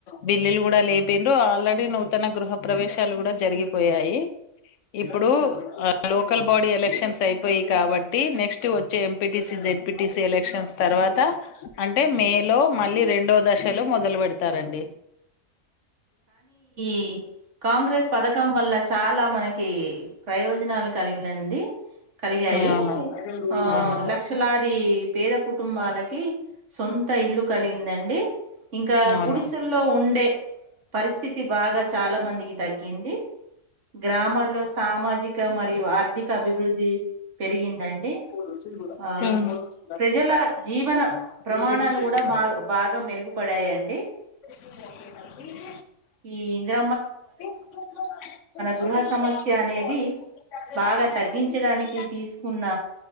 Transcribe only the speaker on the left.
బిల్లులు కూడా లేపిండ్రు ఆల్రెడీ నూ తన గృహ ప్రవేశాలు కూడా జరిగిపోయాయి ఇప్పుడు లోకల్ బాడీ ఎలక్షన్స్ అయిపోయి కాబట్టి నెక్స్ట్ వచ్చే ఎంపీటిసి జెడ్పిటిసీ ఎలక్షన్స్ తర్వాత అంటే మే లో మళ్ళీ రెండో దశలో మొదలు పెడతారం డి
అవును
అవును
అవును
<unintelligible>
ఆ
ఉమ్
<unintelligible>
<unintelligible>